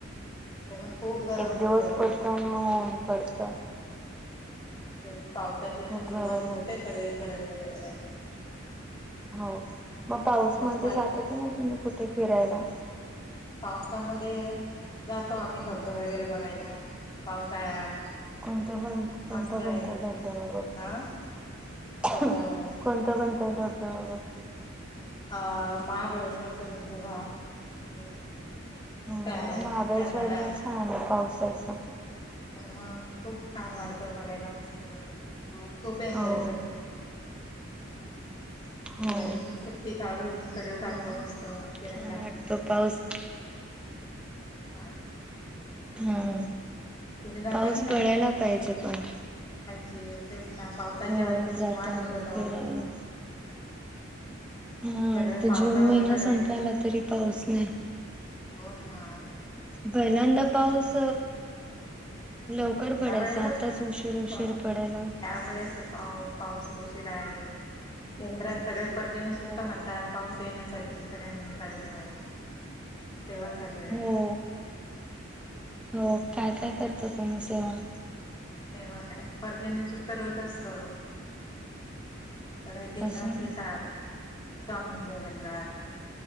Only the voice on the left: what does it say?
इकडे पण खूप गरम
होतं
नाही ना आ पावसाची
तर सुरुवात
होते सगळीकडे जरा जरा
पाहि
पावसामध्ये जातो आम्ही धबधबे वगैरे बघायला, पावसाळ्यात
मस्त आहे
हा धबधबा
अ महाबळेश्वरचे धबधबा इकडे
काय
करणार
मग खुप छान वाढतं बघायला मस्त खूप एन्जॉय
करतो. हा
तर सुट्टी काढूनं सगळे
जातो
मस्त अ फिरायला.
आ.
जाता
की
जे तेच ना पावसाच्या
आतुरतेने
वाट
बघत आहोत.
सगळे
पावसावर
सगळे
हो ना
यावेेळेस
पा
यावेेळेस पावत- पाऊस उशीर आहेत केंद्रात सगळे पर्जन्यसुक्त
म्हणतात पाऊस येण्यासाठी <unintelligible> चाललय. सेवा चालू आहे.
सेवा काय पर्जन्य सुक्त रोज असतं. सगळे केंद्रात
घेतात. स्वामींच्या केंद्रात